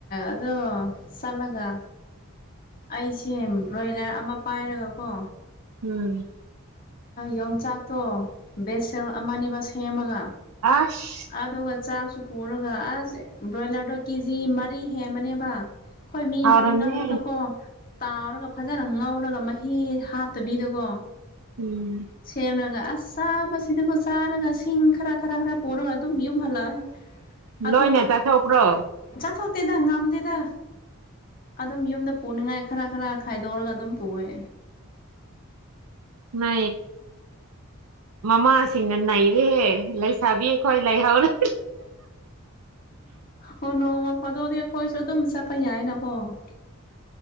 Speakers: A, on the left (about 40°); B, on the right (about 80°).
A: ꯑꯗꯣ ꯆꯠꯂꯒ ꯑꯩꯁꯦ ꯕ꯭ꯔꯣꯏꯂꯔ ꯑꯃ ꯄꯥꯏꯔꯒꯀꯣ
B: ꯎꯝ
A: ꯌꯣꯡꯆꯥꯛꯇꯣ ꯕꯦꯠꯁꯦꯜ ꯑꯃꯅꯦꯕ ꯁꯦꯝꯃꯒ
B: ꯑꯁ
A: ꯑꯗꯨꯒ ꯆꯥꯁꯨ ꯎꯔꯒ ꯑꯁ ꯕ꯭ꯔꯣꯏꯂꯔꯗꯣ ꯀꯦꯖꯤ ꯃꯔꯤ ꯍꯦꯝꯃꯅꯦꯕ ꯍꯣꯏ ꯃꯤ
B: ꯍꯥꯎꯔꯝꯅꯤ
A: ꯑꯃꯅꯤ ꯉꯥꯛꯀꯗ ꯀꯣ ꯇꯥꯎꯔꯒ ꯐꯖꯅ ꯉꯧꯔꯒ ꯃꯍꯤ ꯍꯥꯞꯇꯕꯤꯗꯀꯣ
B: ꯎꯝ
A: ꯁꯦꯝ ꯌꯥꯝ ꯂꯥꯛ ꯑ ꯆꯥꯕꯁꯤꯗꯤꯀꯣ ꯆꯥꯔꯒ ꯁꯤꯡ ꯈꯔ ꯈꯔ ꯈꯔ ꯄꯨꯔꯒ ꯑꯗꯨꯝ ꯌꯨꯝ ꯍꯜꯂꯛꯑꯏ ꯑꯗ
B: ꯂꯣꯏꯅ ꯆꯥꯊꯣꯛꯄ꯭ꯔꯣ
A: ꯆꯥꯁ ꯍꯧ ꯇꯗ ꯉꯝꯗꯗ ꯑꯗꯨꯝ ꯌꯨꯝꯗ ꯄꯨꯅꯤꯡꯉꯥꯏ ꯈꯔ ꯈꯔ ꯈꯥꯏꯗꯣꯛꯔꯒ ꯑꯗꯨꯝ ꯄꯨꯑꯦ
B: ꯅ ꯃꯃꯥ ꯁꯤꯁꯤꯡꯒꯅꯅꯥꯏ ꯏꯍꯦ ꯂꯩꯁꯥꯕꯤꯌꯦ ꯈ꯭ꯋꯥꯏ ꯂꯥꯏ ꯍꯧꯥꯎꯔꯦ
A: ꯑꯣ ꯅꯣꯡꯃ ꯐꯥꯗꯣꯛꯗꯤ ꯑꯩꯈꯣꯏꯁꯨ ꯑꯗꯨꯝ ꯆꯠꯄ ꯌꯥꯏꯅꯀꯣ <inaudible>